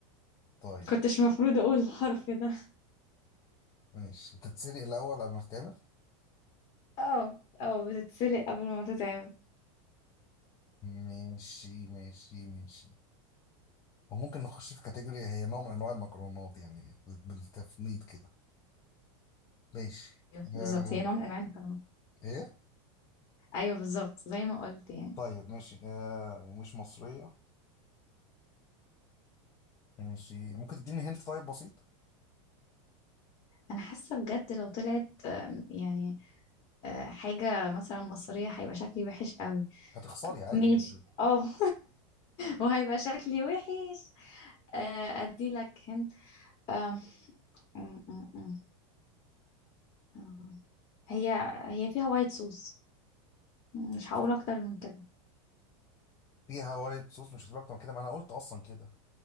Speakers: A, on the left; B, on the left.
A: طيب
B: كنتش مفروض اقول الحرف ده
A: ماشي بتتسلق الأول قبل ما تتعمل؟
B: اه اه بتتسلق قبل ما تتعمل
A: ماشي ماشي ماشي وممكن نخش في كاتيجوري هي نوع من أنواع المكرونات يعني بال- بالتفنيد كده ماشي
B: ايوه
A: آه.
B: بالظبط هي نوع من انواع المكرونات
A: ايه
B: ايوه بالظبط زي ما قلت يعني
A: طيب ماشي آه ومش مصرية ماشي ممكن تديني هنت طيب بسيط
B: انا حاسه بجد لو طلعت أم، يعني أه، حاجه مثلا مصريه هيبقى شكلي وحش قوي
A: هتخسري عادي
B: ماشي
A: جدا
B: اه <laughs> وهيبقى شكلي وحش آه، ادي لك هنت آه، أم- أم- أم- أم. هي هي فيها وايت صوص مش هقول اكتر من كده
A: فيها وايت صوص مش هتبقى اكتر من كده ما انا قلت اصلا كده